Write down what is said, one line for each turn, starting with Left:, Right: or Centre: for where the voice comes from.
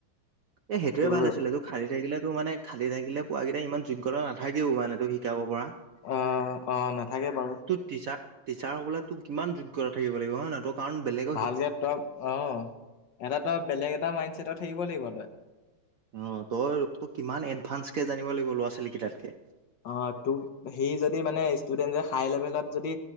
Right: এ সেইটোয়ে
Left: তোৰ
Right: ভাল আছিলে তোক খালী থাকিলেতো মানে খালী থাকিলে পোৱাকেইটা ইমান যোগ্যতা নাথাকেও মানে তো শিকাব পৰা
Left: অ অ নাথাকে বাও
Right: টিচাত টিচাৰ হ'বলে তোক কিমান যোগ্যতা থাকিব লাগিব হয় নহয় তোক কাৰণ বেলেগ
Left: ভালকে তই অ এটা তই বেলেগ এটা মাইণ্ডছেটত থাকিব লাগিব তই
Right: অ তই তোক কিমান এডভান্সকে জানিব লাগিব ল'ৰা ছোৱালী কেইটাতকে
Left: অ তোক সি যদি মানে ষ্টুডেণ্টে হাই লেভেলত যদি